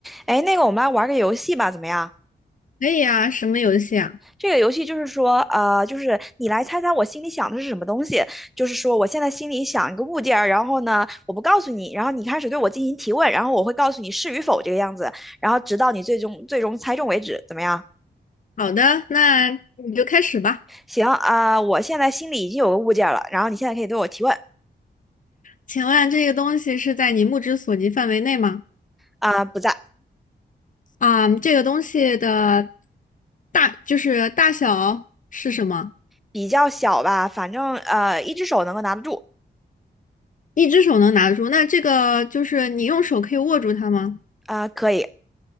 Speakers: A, in the centre; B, on the left.
A: 哎，那个，我们来玩个游戏吧，怎么样？
B: 可以啊，什么游戏啊？
A: 这个游戏就是说，呃，就是你来猜猜我心里想的是什么东西。就是说，我现在心里想一个物件儿，然后呢，我不告诉你，然后你开始对我进行提问，然后我会告诉你是与否这个样子，然后直到你最终最终猜中为止，怎么样？
B: 好的，那你就开始吧。
A: 行啊，我现在心里已经有个物件儿了，然后你现在可以对我提问
B: 请问这个东西是在你目之所及范围内吗？
A: 啊，不在，
B: 啊、这个东西的大就是大小是什么？
A: 比较小吧，反正呃，一只手能够拿得住
B: 一只手能拿得住？那这个就是你用手可以握住它吗？
A: 啊，可以